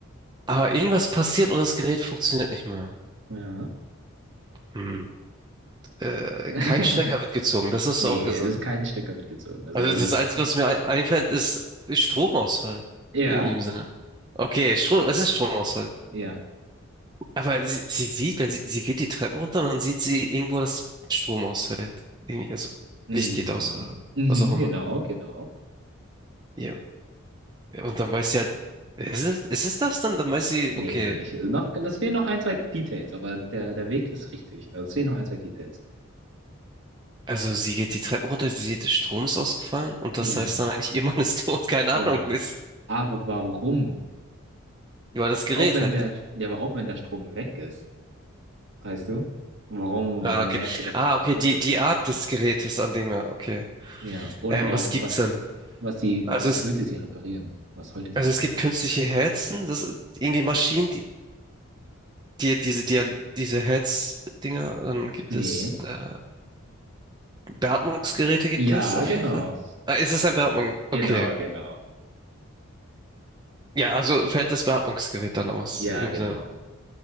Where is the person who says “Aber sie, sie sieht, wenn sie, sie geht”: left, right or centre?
Right